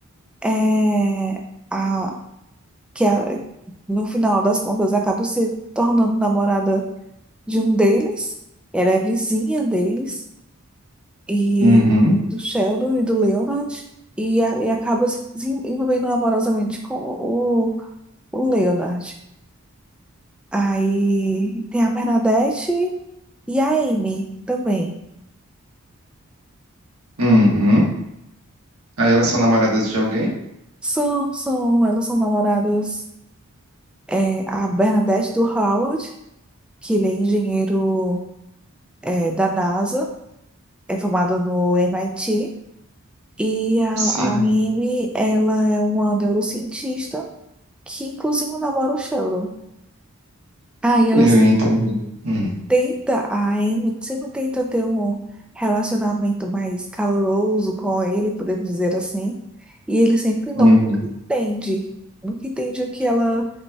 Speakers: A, in the centre; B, on the right (about 70°).
A: é, a, que a- no final das contas acaba se tornando namorada de um deles. Ela é vizinha deles e
B: Uhum,
A: do Sheldon e do Leonard e, a- e acaba se desen- envolvendo amorosamente com o, o Leonard. Aí tem a Bernadette e a Amy também.
B: uhum. Aí elas são namoradas de alguém?
A: São, são, elas são namoradas. É, a Bernadette do Howard, que ele é engenheiro é, da NASA, é formado no MIT. E a,
B: Sim,
A: a Amy, ela é uma neurocientista que, inclusive, namora o Sheldon. Aí ela
B: eu
A: se-
B: entendi. Uhum,
A: tenta, a Amy sempre tenta ter um relacionamento mais caloroso com ele, podemos dizer assim. E ele sempre não
B: uhum.
A: entende, nunca entende o que ela,